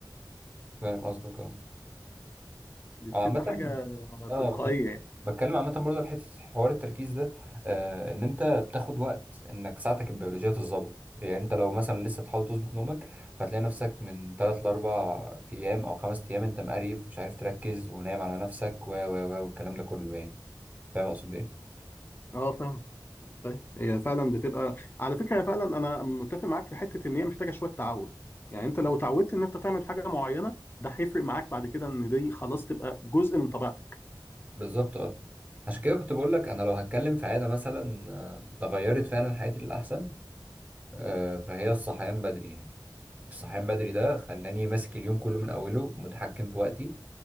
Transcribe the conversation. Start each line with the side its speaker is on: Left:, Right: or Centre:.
Right: فاهم قصدك اه
Left: دي بتبقى
Right: أو عامه
Left: حاجه
Right: اه
Left: تلقائيه
Right: كنت ب-
Left: يعني
Right: بتكلم عامة برضه على حتة حوار التركيز ده آه ان انت بتاخد وقت انك ساعتك البيولوجية تتظبط يعني انت لو مثلا لسه بتحاول تظبط نومك هتلاقي نفسك من تلات لأربع ايام او خمس ايام انت مقريف مش عارف تركز ونايم على نفسك و و و والكلام ده كله يعني فاهم اقصد ايه؟
Left: اه فاهم فاهم هي فعلا بتبقى على فكره هي فعلا انا متفق معاك في حته ان هي محتاجه شويه تعود يعني انت لو اتعودت ان انت تعمل حاجه معينه ده هيفرق معاك بعد كده ان دي خلاص تبقى جزء من طبيعتك
Right: بالظبط اه عشان كده كنت بقول لك انا لو هتكلم في عادة مثلا آه، غيرت فعلا حياتي للأحسن آه فهي الصحيان بدري يعني الصحيان بدري ده خلاني ماسك اليوم كله من أوله متحكم في وقتي